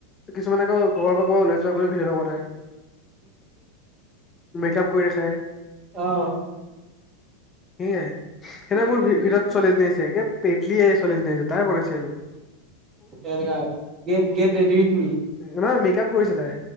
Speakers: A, on the left; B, on the right.
A: কিছুমান আকৌ ঘৰৰ পৰা আকৌ ওলাই যোৱাকৈ ভিডিঅ এটা বনাই। মেকআপ কৰি দেখাই
B: অঁহ।
A: সেয়াই সেইদিনা মোৰ ভিভিঅত ছোৱালী এজনী আহিছে কে পেতলী এই ছোৱালীজনী তাই বনাইছে এইবোৰ
B: গেত ৰেডি উইথ মি
A: নহয় মেক আপ কৰিছে তাই।